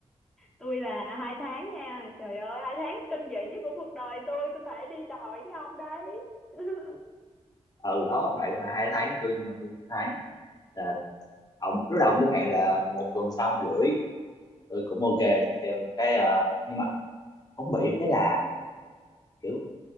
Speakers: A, in the centre; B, on the left.
A: tôi là hai tháng nha trời ơi hai tháng kinh dị nhất của cuộc đời tôi tôi phải đi đòi cái ông đấy <laughs>
B: ừ đó bạn là hai tháng tôi nhưng mà tôi một tháng là ông lúc đầu cũng hẹn là một tuần sau một rưỡi tôi cũng ok
A: Ừ.
B: tôi kêu cái ờ, nhưng mà ông bị cái là kiểu